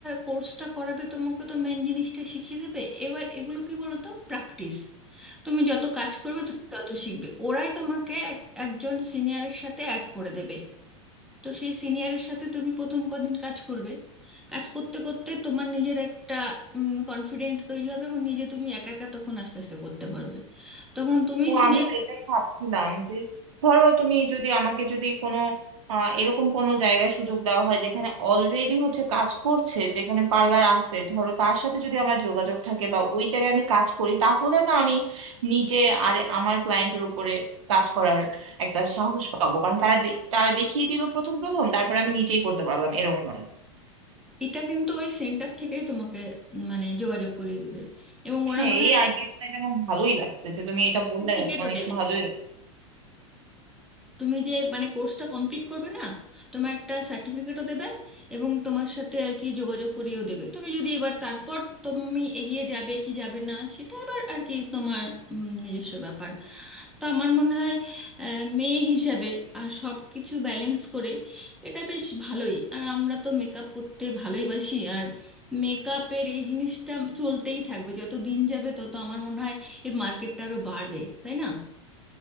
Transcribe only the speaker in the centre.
কোর্সটা করাবে তোমাকে তো মেন জিনিসটা শিখিয়ে দেবে এবার এগুলো কি বলো তো প্র্যাকটিস তুমি যত কাজ করবে তুমি তত শিখবে ওরাই তোমাকে এক- একজন সিনিয়রের সাথে অ্যাড করে দেবে তো সেই সিনিয়রের সাথে তুমি প্রথম কদিন কাজ করবে কাজ করতে করতে তোমার নিজের একটা কনফিডেন্ট তৈরি হবে এবং নিজে তুমি একা একা তখন আস্তে আস্তে করতে পারবে তখন তুমি
সিনিয়র
এটা কিন্তু ওই সেন্টার থেকেই তোমাকে উম, মানে যোগাযোগ করিয়ে দেবে এবং ওরা
মনে
হয়
টিকিটও
দেবে
তুমি যে মানে কোর্সটা কমপ্লিট করবে না তোমার একটা সার্টিফিকেটও দেবে এবং তোমার সাথে আর কি যোগাযোগ করিয়েও দেবে তুমি যদি এবার তারপর তুমি এগিয়ে যাবে কি যাবে না সেটা এবার আর কি তোমার উম, নিজস্ব ব্যাপার তো আমার মনে হয় আহ, মেয়ে হিসাবে আর সব কিছু ব্যালেন্স করে এটা বেশ ভালোই আর আমরা তো মেকআপ করতে ভালোইবাসি আর মেকআপের এই জিনিসটা চলতেই থাকবে যত দিন যাবে তত আমার মনে হয় এর মার্কেটটা আরো বাড়বে তাই না